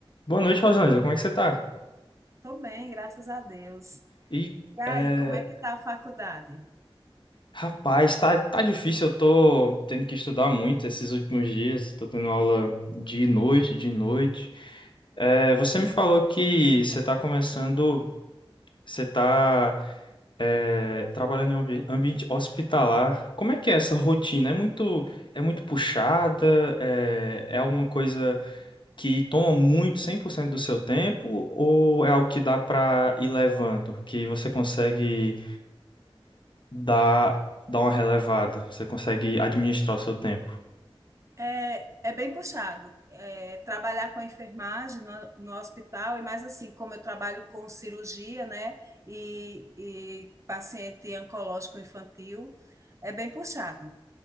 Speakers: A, on the left; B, on the right.
A: Boa noite, Rosaneza. Como é que você tá?
B: Tô bem, graças a Deus.
A: E,
B: E aí,
A: é,
B: como é que tá a faculdade?
A: rapaz, tá, tá difícil. Eu tô tendo que estudar muito esses últimos dias. Tô tendo aula de noite, de noite. É, você me falou que você tá começando, você tá, é, trabalhando em um ambi- ambiente hospitalar. Como é que é essa rotina? É muito, é muito puxada? É, é alguma coisa. que toma muito 100% do seu tempo ou é algo que dá pra ir levando, que você consegue dar, dar uma relevada, você consegue administrar o seu tempo?
B: É, é bem puxado. É, trabalhar com a enfermagem no, no hospital, e mais assim, como eu trabalho com cirurgia, né, e, e paciente oncológico infantil, é bem puxado.